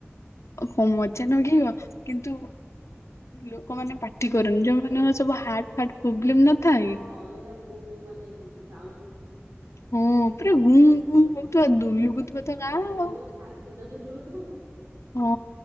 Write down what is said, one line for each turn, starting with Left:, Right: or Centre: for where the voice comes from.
Left: ଅ ମଜା ନାଗେଇବ କିନ୍ତୁ ଲୋକମାନେ ପାଟି କରନ୍ତି ଯୋଉମନଙ୍କର ସବୁ ହାଟ୍ ଫାଟ୍ ପୋବଲେମ୍ ନଥାଏ
Right: ହଁ
Left: କି
Right: ହଁ ହେରା ବହୁତ ମାନେ ସାଉଣ୍ଡ
Left: ହଁ ପୁରା ଗୁଁ ଗୁଁ ହୋଉଥୁବ ଦୁଲୁକୁୁଥୁବ ତ ଗାଁ
Right: ଦୁଲୁକୁଥିବ
Left: ଆଉ।
Right: ଛାତି ତ ଦୁଲୁକୁଥିବ।
Left: ହଁ